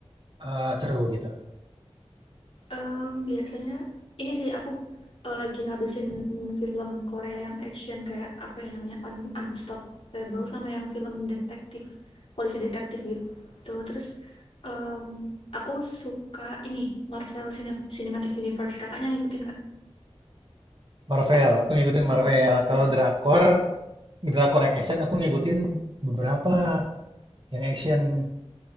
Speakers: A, on the right (about 50°); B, on the left (about 60°).
A: eee, seru gitu?
B: Em, biasanya ini sih aku eh, lagi ngabisin film Korea yang action kayak apa ya namanya Un- Unstoppable sama yang film detektif polisi detektif gitu terus em, aku suka ini Marvel Cine- Cinematic Universe kakaknya ngikutin nggak
A: Marvel, aku ngikutin
B: Hmm.
A: Marvel. Kalau
B: ya
A: drakor, drakor yang action aku ngikutin beberapa yang action.